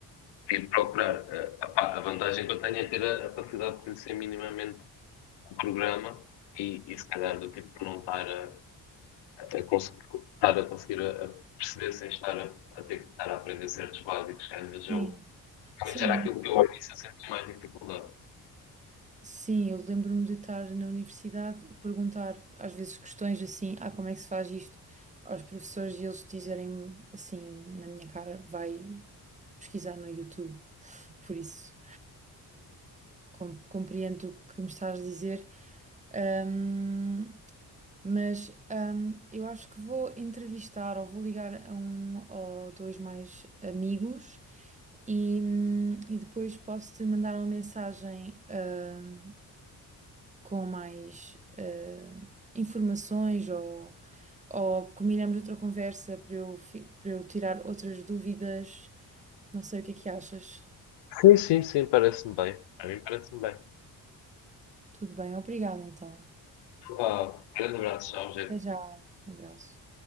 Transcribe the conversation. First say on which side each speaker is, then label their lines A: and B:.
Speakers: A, on the left; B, on the right.
A: e procurar. eh, opá, a vantagem que eu tenho é ter a, a capacidade de conhecer minimamente o programa e, e se calhar do tipo de não estar a, a, conseguir, estar a conseguir a, a perceber sem estar a, a ter que estar a aprender certos básicos que às vezes
B: sim,
A: eu.
B: sim.
A: Mas era aquilo que eu ao início senti mais dificuldade.
B: Sim, eu lembro-me de estar na universidade, perguntar às vezes questões assim, ah, como é que se faz isto? Aos professores e eles dizerem assim, na minha cara, vai pesquisar no YouTube. <laughs> Por isso. com- compreendo o que me estás a dizer, ahm, mas ahm, eu acho que vou entrevistar ou vou ligar a um ou dois mais amigos e, hum, e depois posso-te mandar uma mensagem ahm, com mais ah, informações ou, ou combinamos outra conversa para eu, fi- para eu tirar outras dúvidas. Não sei o que é que achas.
A: Sim, sim, sim, parece-me bem. A mim parece-me bem.
B: Tudo bem, obrigada então.
A: Pá, grande abraço, tchau, gente.
B: Até já, um abraço.